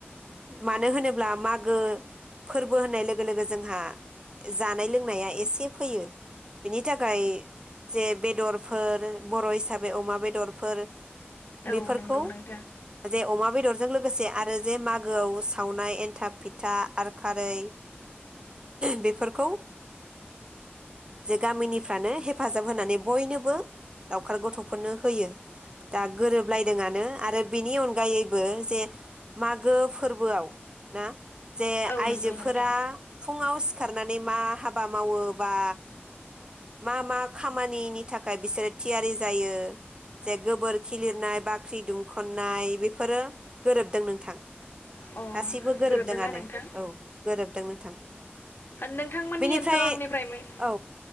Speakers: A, on the right; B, on the left.
A: मानो होनोब्ला मागो फोरबो होननाय लोगो लोगो जोंहा जानाय लोंनाया एसे फैयो बेनि थाखाय जे बेदरफोर बर' हिसाबै अमा बेदर फोर
B: औ
A: बेफोरखौ
B: नंगौ नोंथां
A: जे अमा बेदरजों लो लोगोसे आरो जे मागोआव सावनाय एन्थाब फिथा आर खारै बेफोरखौ जे गामिनिफ्रानो हेफाजाब होनानै बयनोबो लावखार गथ'फोरनो होयो। दा गोरोबलायदोंआनो आरो बिनि अनगायैबो जे मागो फोरबोआव ना जे
B: औ
A: आइजोफोरा
B: नंगौ नोंथां
A: फुङाव सिखारनानै मा हाबा मावोबा मा मा खामानिनि थाखाय बिसोरो थियारि जायो जे गोबोर खि लिरनाय बाख्रि दुंखन्नाय बेफोरो गोरोबदों नोंथां
B: अ
A: गासैबो गोरोबदोंआनो
B: गोरोबदोंना नोंथां
A: औ गोरोबदों नोंथां
B: नोंथांमोननि
A: बेनिफ्राय
B: ओनसोलाव आंनिफ्राय मोन
A: औ